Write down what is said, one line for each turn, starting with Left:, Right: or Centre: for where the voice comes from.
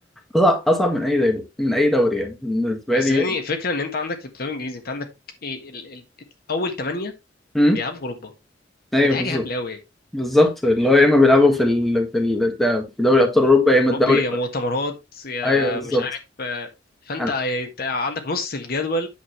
Centre: اصعب اصعب من اي دوري من اي دوري يعني بالنسبه
Left: <laughs> يعني
Centre: لي
Left: أصل يعني الفكره ان انت عندك في الدوري الانجليزي انت عندك ايه ال... ال... ال- اول ثمانيه
Centre: امم
Left: بيلعبوا في اوروبا
Centre: ايوه
Left: فدي حاجه
Centre: بالظبط
Left: هبله قوي
Centre: بالظبط اللي هو يا
Left: يعني
Centre: اما بيلعبوا في ال... في ال... ده- في دوري ابطال اوروبا
Left: يا
Centre: يا اما
Left: اوروبي
Centre: الدوري بقى.
Left: يا مؤتمرات يا
Centre: ايوه بالظبط
Left: مش عارف آه، فانت
Centre: أنا...
Left: انت عندك نص الجدول